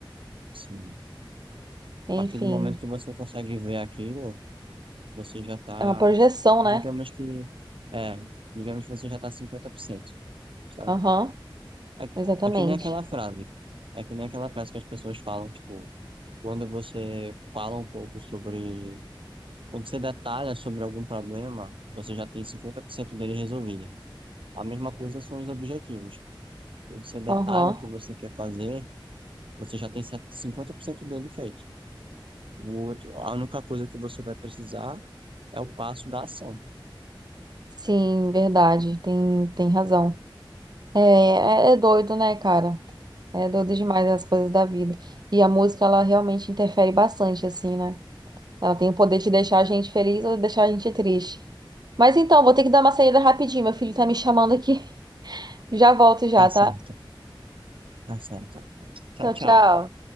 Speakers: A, on the right (about 75°); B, on the right (about 50°).
A: Sim.
B: Enfim,
A: A partir do momento que você consegue ver aquilo, Você já tá,
B: é uma projeção,
A: digamos
B: né?
A: que, é, digamos que você já tá cinquenta por cento sabe?
B: Aham,
A: É,
B: exatamente.
A: é que nem aquela frase, é que nem aquela frase que as pessoas falam, tipo, quando você fala um pouco sobre, quando você detalha sobre algum problema, você já tem 50% dele resolvido. A mesma coisa são os objetivos. Quando você detalha
B: Aham.
A: o que você quer fazer, você já tem 50% dele feito. O outro, a única coisa que você vai precisar é o passo da ação.
B: Sim, verdade. Tem, tem razão. É, é, é doido, né, cara? É doido
A: É
B: demais
A: muito,
B: as coisas da vida. E a música, ela realmente interfere bastante, assim, né? Ela tem o poder de deixar a gente feliz ou deixar a gente triste. Mas então, vou ter que dar uma saída rapidinho. Meu filho tá me chamando aqui. <laughs> Já volto já,
A: Tá certo,
B: tá?
A: tá certo. Tchau,
B: Tchau,
A: tchau.
B: tchau.